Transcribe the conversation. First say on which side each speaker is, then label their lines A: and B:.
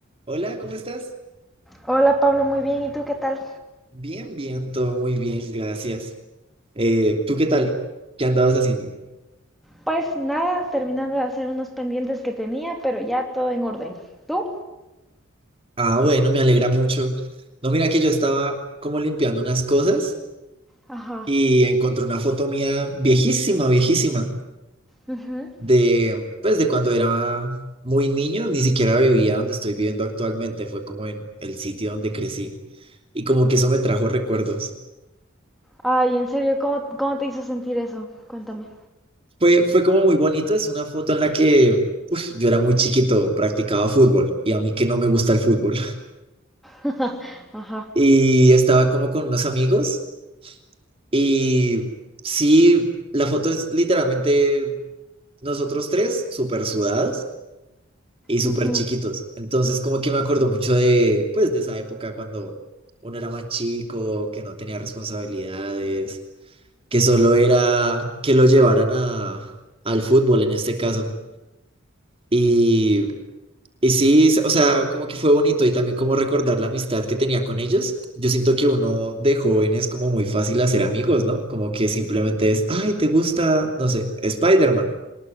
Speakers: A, on the right; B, in the centre.
A: Hola, ¿cómo estás?
B: Hola Pablo, muy bien. ¿Y tú qué tal?
A: Bien, bien, todo muy bien, gracias. Eh, ¿tú qué tal? ¿Qué andabas haciendo?
B: Pues nada, terminando de hacer unos pendientes que tenía, pero ya todo en orden. ¿Tú?
A: Ah, bueno, me alegra mucho. No, mira que yo estaba como limpiando unas cosas
B: Ajá.
A: y encontré una foto mía viejísima, viejísima,
B: Ujú.
A: de pues de cuando era muy niño, ni siquiera vivía donde estoy viviendo actualmente, fue como en el sitio donde crecí y como que eso me trajo recuerdos.
B: Ay, en serio, ¿cómo, cómo te hizo sentir eso? Cuéntame.
A: Fue, fue como muy bonito, es una foto en la que uf, yo era muy chiquito, practicaba fútbol y a mí que no me gusta el fútbol.
B: <laughs> Ajá.
A: y estaba como con unos amigos y sí, la foto es literalmente nosotros tres súper sudados y súper
B: Ujú.
A: chiquitos. Entonces como que me acuerdo mucho de pues de esa época cuando uno era más chico, que no tenía responsabilidades, que solo era que lo llevaran a, al fútbol en este caso. y Y sí, s- o sea, como que fue bonito y también como recordar la amistad que tenía con ellos. Yo siento que uno de joven es como muy fácil hacer amigos, ¿no? Como que simplemente es, ay, ¿te gusta, no sé, Spider-Man?